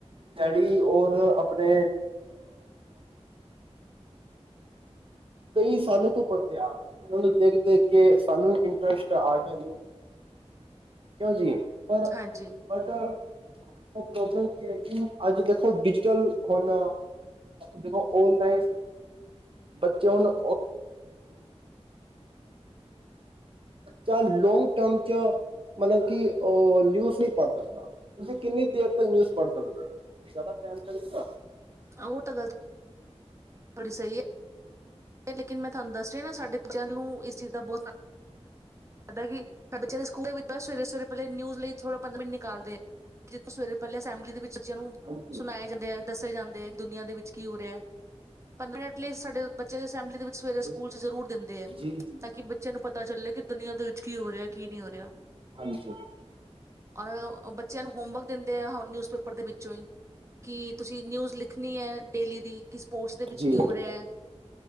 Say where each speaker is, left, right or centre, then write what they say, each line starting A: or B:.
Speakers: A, on the right; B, on the right.
A: ਡੈਡੀ ਔਰ ਆਪਣੇ ਅ ਕਈ ਸਾਲ ਤੋਂ ਪੜ੍ਹਦੇ ਆ ਦੇਖ ਦੇਖ ਕੇ ਸਾਨੂੰ ਇੰਟਰਸਟ ਆਗਿਆ ਜੀ ਪਰ
B: ਹਾਂਜੀ
A: ਫਟ <unintelligible> ਪ੍ਰੋਬਲਮ ਕੀ ਹੈਗੀ ਅੱਜ ਦੇਖੋ ਡਿਜੀਟਲ ਹੁਣ ਦੇਖੋ ਆਨਲਾਈਨ ਬੱਚੇ ਵਲੋ ਜਾਂ ਲੌਂਗ ਟਰਮ ਵਿਚ ਕਿ ਨਿਊਜ਼ ਕਿ ਪੜ੍ਹਦੇ ਨੇ ਕਿੰਨੀ ਦੇਰ ਤੱਕ ਨਿਊਜ਼ ਪੜ੍ਹਦੇ ਨੇ
B: ਊ ਤਾਂ ਗੱਲ ਤੁਹਾਡੀ ਸਹੀ ਤੇ ਲੇਕਿਨ ਮੈਂ ਤੁਹਾਨੂੰ ਦਸ ਰਹੀ ਨਾ ਸਾਡੀ ਸਾ ਜੱਲ ਨੂੰ ਇਸ ਚੀਜ਼ ਦਾ ਬਹੁਤ <unintelligible> ਹੁੰਦਾ ਕਿ ਸਾਡੇ ਬੱਚੇ ਦੇ ਸਕੂਲ ਵਿੱਚ ਬਸ ਸਵੇਰੇ ਸਵੇਰੇ ਪਹਿਲੇ ਨਿਊਜ਼ ਲਈ ਥੋੜਾ ਪੰਜ ਮਿੰਟ ਨਿਕਾਲਦੇ ਆ ਸਵੇਰੇ ਪਹਿਲੇ ਅਸੈਂਬਲੀ ਦੇ ਵਿੱਚ ਬੱਚਿਆਂ ਨੂੰ
A: ਹਾਂਜੀ
B: ਸੁਣਾਏ ਜਾਂਦੇ ਹੈ ਦੱਸੇ ਜਾਂਦੇ ਦੁਨੀਆਂ ਦੇ ਵਿੱਚ ਕੀ ਹੋ ਰਿਹਾ ਪੰਦਰ ਮਿਨਤ ਸਾਡੇ ਬੱਚੇ ਦੀ ਅਸੈਂਬਲੀ ਦੇ ਵਿੱਚ ਸਵੇਰੇ
A: ਜੀ
B: ਸਕੂਲ ਚ ਜ਼ਰੂਰ ਦਿੰਦੇ ਹੈ
A: ਜੀ ਜੀ
B: ਤਾਂ ਕਿ ਬੱਚੇ ਨੂੰ ਪਤਾ ਚੱਲੇ ਕਿ ਦੁਨੀਆਂ ਦੇ ਵਿੱਚ ਕੀ ਹੋ ਰਿਹਾ ਕੀ ਨਹੀਂ ਹੋ ਰਿਹਾ।
A: ਹਾਂਜੀ ਜੀ
B: ਔਰ ਬੱਚਿਆਂ ਨੂੰ ਹੋਮਵਰਕ ਦਿੰਦੇ ਆ ਨਿਊਜ਼ਪੇਪਰ ਦੇ ਵਿੱਚੋਂ ਹੀ। ਕੀ ਤੁਸੀਂ ਨਿਊਜ਼ ਲਿਖਣੀ ਹੈ ਡੇਲੀ ਦੀ ਕਿ ਸਪੋਰਟਸ ਦੇ ਵਿੱਚ
A: ਜੀ
B: ਕੀ ਹੋ ਰਿਹਾ ਹੈ